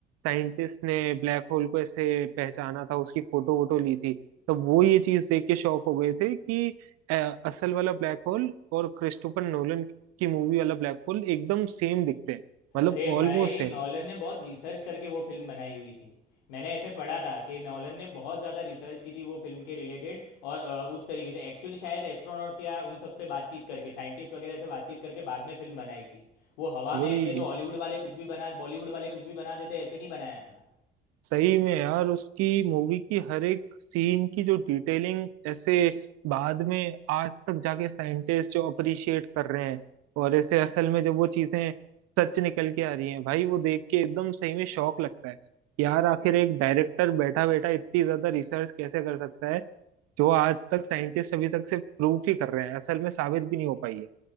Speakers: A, on the right; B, on the left.
A: साइंटिस्ट ने ब्लैक होल को ऐसे पहचाना था उसकी फोटो वोटो ली थी तब वो ये चीज देख के शॉक हो गए थे कि अ, असल वाला ब्लैक होल और क्रिस्टोफर नोलन की मूवी वाला ब्लैक होल एकदम सेम दिखते हैं मतलब
B: अरे
A: ऑलमोस्ट
B: भाई
A: सेम
B: नॉलन ने बहुत रिसर्च करके वो फिल्म बनाई हुई थी मैंने ऐसे पढ़ा था कि नॉलन ने बहुत ज़्यादा रिसर्च की थी वो फिल्म के रिलेटेड और अ, उस तरीके से एक्चुअली शायद एस्ट्रोनॉट्स या उन सब से बातचीत करके साइंटिस्ट वगैरह से बातचीत करके बाद में फिल्म बनाई थी वो हवा
A: वही
B: में ऐसे जो हॉलीवुड वाले कुछ भी बना बॉलीवुड वाले कुछ भी बना देते ऐसे नहीं बनाया था
A: सही में यार उसकी मूवी की हर एक सीन की जो डिटेलिंग ऐसे बाद में आज तक जाके साइंटिस्ट जो अप्रिशिएट कर रहे हैं और ऐसे असल में जब वो चीजें सच निकल के आ रही हैं भाई वो देख के एकदम सही में शौक लगता है यार आखिर एक डायरेक्टर बैठा बैठा इतनी ज्यादा रिसर्च कैसे कर सकता है जो आज तक साइंटिस्ट अभी तक सिर्फ प्रूफ ही कर रहे हैं असल में साबित भी नहीं हो पाई है